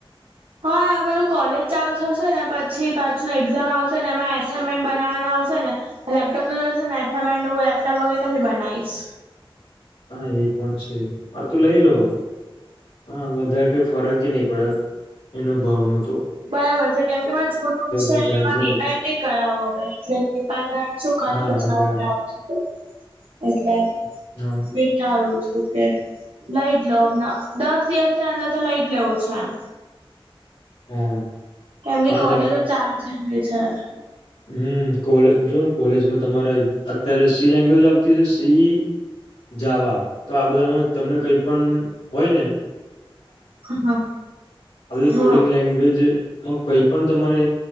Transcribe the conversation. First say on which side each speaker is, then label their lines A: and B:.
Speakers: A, on the right (about 75°); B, on the left (about 85°).
A: હા આ પેલું કોલેજ ચાલ થ હશે ને પછી પાછું એક્ઝામ આવશે ને એમાં એસાઈનમેન્ટ બનાવવાના આવશે ને લેપટોપ તો જોશે ને એમેન્ડું લેપટોપ વગેર કેમ બનાવીશ
B: હા એ પણ છે હા તો લઈ લો હા વધારે કઈ ફરકે નહી પડે એનો ભાવનો
A: બરાબર છે. કેમ કે એમાં જૂનું છે.
B: વધારે
A: એમાં
B: જાય
A: રીપેયર નહી કરાવવો હ એટલે રીપેયર કરાયને સુ કરી
B: હા
A: પછી
B: હા
A: નવું
B: બરાબર
A: જ લાવું છે તો એટલે
B: હા
A: વિચારું છું કે લઈજ લઉં હમણાં દસ દિવસની અંદર તો લઈજ લેવું છે એમ
B: હા
A: કેમ કે
B: અને
A: કોલેજો ચાલુ થઈ ગઈ છે.
B: હમ્મ કોલે જોને કોલેજમાં તમારે અત્યારે સી લેંગ્વેજ આવતી છે. સી ઈ જાવા તો આ બધામાં તમને કઈ પણ હોય ને
A: હા
B: અ
A: હા
B: કોડિંગ લેગ લેંગ્વેજ મા કઈ પણ તમારે